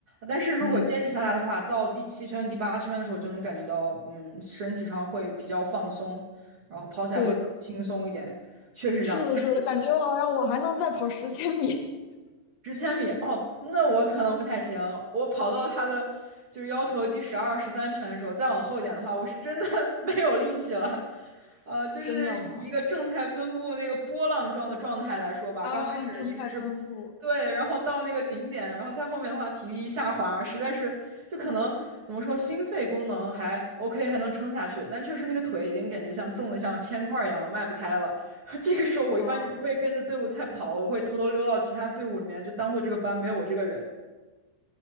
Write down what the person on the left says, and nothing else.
<laughs> 嗯，
对，
是的，是的，感觉我好像我还能再跑十千米。
<laughs>
真的吗？啊，
正态分布。
啊